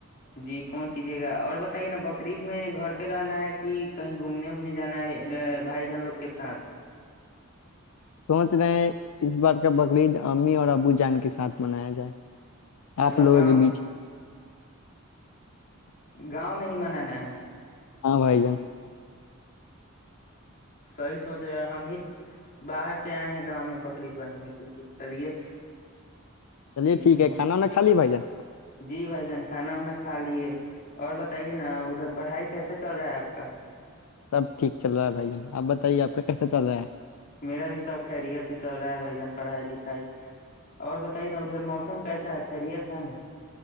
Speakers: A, on the left (about 45°); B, on the left (about 80°).
A: جی فون کیجیے گا اور بتائیے نا بکرریید میں گھر پہ رہنا ہے کہ کہیں گھومنے وومنے جانا ہے بھائی جان لوگ کے ساتھ
B: سوچ رہے ہیں اس بار کا بقرعید امی اور ابو جان کے ساتھ منایا جائے
A: مطلب
B: آپ لوگوں
A: گاؤں
B: کے
A: میں
B: بیچ
A: گاؤں میں ہی منانا ہے
B: ہاں بھائی جان
A: صحیح سوچ رہے ہم بھی باہر سے آئے ہیں گا میں بکرریید بنانے کے لیے چلیے
B: چلیے
A: ٹھیک ہی ہے
B: کھانا وانا کھا لی بھائی جان
A: جی بھائی جان کھانا وانا کھا لیے اور بت بتے نا ادھر پڑھائی کیسا چل رہا ہے آپ کا
B: سب ٹھیک چل رہا ہے بھائی جان آپ بتائیے آپ کا کیسا چل رہا ہے
A: میرا بھی سب خیریت سے چل رہا ہے بھائی جان پڑھائی لکھائی اور بتائیے نا ادھر موسم کیسا ہے خیریت ہے نا